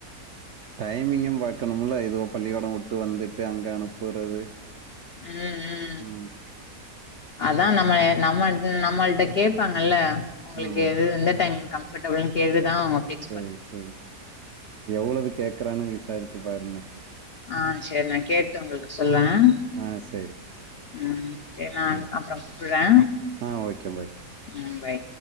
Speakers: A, on the right (about 65°); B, on the left (about 70°).
A: டைமிங்கு பார்க்கணுல ஏதோ பள்ளிக்கூட விட்டு வந்துட்டு அங்க அனுப்புறது
B: ம் ம்
A: உ
B: அதா நம்ம நம்ம நம்மள்ட்ட கேட்பாங்கல்ல உங்களுக்கு
A: ம்
B: எது எந்த டைம் கம்ஃபர்டபுள்னு கேட்டுதா அவ பிக்
A: சேரி சேரி எவ்வளோ கேட்கறானு விசாரிச்சு பாருங்க
B: ஆ சேரி நா கேட்டு உங்களுக்கு சொல்றேன்
A: ஆ சரி
B: உ சேரி நா
A: ம்
B: அப்றோ கூப்புறே
A: ஆ ஓகே பாய்
B: உ பை